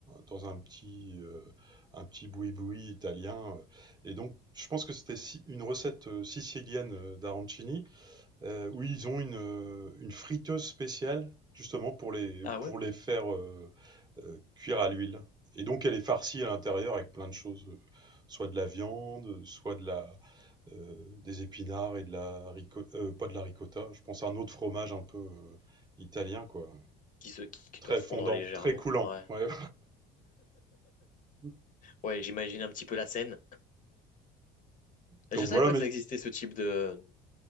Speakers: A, on the right (about 20°); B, on the left (about 40°).
A: dans un petit, euh, un petit boui-boui italien. euh, et donc, je pense que c'était si- une recette euh, sicilienne euh, d'arancini. Heu, oui, ils ont une, heu, une friteuse spéciale justement pour les
B: Ah ouais?
A: pour les faire, heu heu, cuire à l'huile et donc elle est farcie à l'intérieur avec plein de choses, heu, soit de la viande, soit de la, heu, des épinards et de la rico heu, pas de la ricotta, je pense à un autre fromage un peu, heu, italien quoi,
B: Qui se qui, qui
A: très
B: doivent fondre
A: fondant,
B: légèrement.
A: très coulant,
B: Ouais.
A: ouais. <laughs>
B: Ouais, j'imagine un petit peu la scène. Je
A: Donc
B: savais
A: voilà,
B: pas
A: mais
B: que ça existait ce type de,